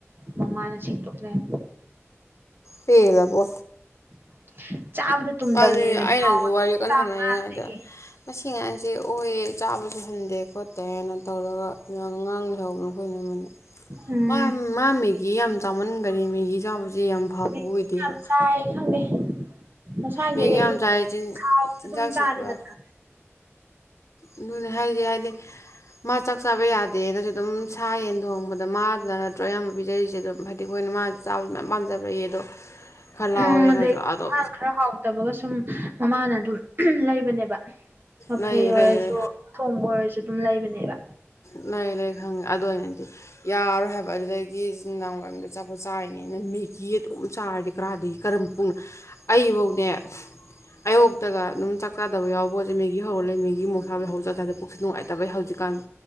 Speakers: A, on the right; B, on the left.
A: ꯃꯃꯥꯅ ꯁꯦꯡꯗꯣꯛ ꯂꯩꯔꯝꯃꯦ
B: ꯄꯦꯂꯕꯣ
A: <inaudible> ꯇꯨꯝꯗꯕꯅꯦꯃꯦ
B: ꯑꯗꯨ ꯑꯩꯅꯁꯨ
A: ꯊꯥꯎ
B: ꯋꯥꯔꯤ ꯀꯥꯟ
A: ꯆꯥꯡ
B: ꯁꯥꯟꯅꯔꯤꯉꯩꯗ
A: ꯉꯔꯥꯡꯗꯒꯤ
B: ꯃꯁꯤ ꯉꯥꯟꯁꯦ ꯑꯣꯏꯌꯦ ꯆꯥꯕꯁꯨ ꯍꯟꯗꯦ ꯈꯣꯠꯇꯦꯅ ꯇꯧꯔꯒ ꯉꯥ ꯉꯡ ꯂꯩꯍꯧꯕ ꯑꯩꯈꯣꯏꯅꯝꯃꯅ
A: ꯎꯝ
B: ꯃꯥ ꯃꯥ ꯃꯦꯒꯤ ꯌꯥꯝ ꯆꯥꯃꯟꯒꯔꯦꯃꯤ ꯃꯦꯒꯤ ꯆꯥꯕꯁꯦ ꯌꯥꯝ ꯐꯕ
A: ꯃꯦꯒꯤꯁꯨ
B: ꯑꯣꯏꯗꯦꯕ
A: ꯌꯥꯝ ꯆꯥꯏ ꯈꯪꯗꯦ ꯃꯁꯒꯤ
B: ꯃꯦꯒꯤ
A: ꯑꯗꯩ
B: ꯌꯥꯝ ꯆꯥꯏ ꯆꯤꯟ
A: ꯊꯥꯎꯁꯨ
B: ꯆꯤꯟꯖꯥꯛꯁꯦ
A: ꯑꯗꯨꯝ ꯆꯥꯔꯦꯗꯅ
B: ꯄꯨꯔꯥ ꯑꯗꯨꯅꯦ ꯍꯥꯏꯁꯦ ꯍꯥꯏꯗꯤ ꯃꯥ ꯆꯥꯛ ꯆꯥꯕ ꯌꯥꯗꯦꯅꯁꯨ ꯑꯗꯨꯝ ꯁꯥ ꯌꯦꯟ ꯊꯣꯡꯕꯗ ꯑꯗꯣ ꯃꯥꯗ ꯅꯠꯇ꯭ꯔꯣ ꯑꯌꯥꯝꯕ ꯄꯤꯖꯔꯤꯁꯦ ꯑꯗꯨꯝ ꯍꯥꯏꯗꯤ ꯑꯩꯈꯣꯏꯅ ꯃꯥꯅ ꯆꯥꯕꯁꯨ ꯃꯌꯥꯝ ꯄꯥꯝꯖꯕ ꯂꯩꯩꯌꯦ ꯑꯗꯣ ꯈꯔ ꯂꯥꯎꯋꯦꯅꯁꯨ
A: ꯎꯝ ꯑꯗꯗꯒꯤ ꯑꯦꯟꯁꯥꯡ
B: ꯑꯗꯣ
A: ꯈꯔ ꯍꯥꯎꯇꯕꯒ ꯁꯨꯝ ꯃꯃꯥꯅ ꯑꯗꯨꯝ ꯂꯩꯕꯅꯦꯕ ꯃꯐꯩ
B: ꯂꯩꯌꯦ
A: ꯑꯣꯏꯔꯁꯨ
B: ꯂꯩꯌꯦ
A: ꯑꯊꯣꯡꯕ ꯑꯣꯏꯔꯁꯨ ꯑꯗꯨꯝ ꯂꯩꯕꯅꯦꯕ
B: ꯂꯩ ꯂꯩ ꯈꯪꯉꯦ ꯑꯗꯣ ꯑꯩ ꯍꯥꯏꯗꯤ ꯌꯥꯔꯣꯏ ꯍꯥꯏꯕ ꯑꯗꯨꯗꯒꯤ ꯅꯨꯡꯗꯥꯡ ꯋꯥꯏꯔꯝꯗ ꯑꯆꯥꯄꯣꯠ ꯆꯥꯏꯔꯤꯅꯦꯅ ꯃꯦꯒꯤ ꯀꯤ ꯑꯗꯨꯝ ꯆꯥꯔꯗꯤ ꯀꯔꯥꯗꯒꯤ ꯀꯔꯝ ꯄꯨꯛꯅ ꯑꯩ ꯐꯧꯅꯦ ꯑꯌꯨꯛꯇꯒ ꯑꯗꯨꯝ ꯆꯥꯛ ꯆꯗꯕ ꯌꯥꯎꯕꯣꯠ ꯃꯦꯒꯤ ꯍꯧꯔꯛꯂꯦ ꯃꯦꯒꯤ ꯃꯣꯔꯣꯛ ꯁꯥꯕꯩ ꯍꯧꯔ ꯆꯥꯕꯩ ꯄꯨꯛꯁꯨ ꯅꯨꯡꯉꯥꯏꯇꯕꯩ ꯍꯧꯖꯤꯛ ꯀꯥꯟ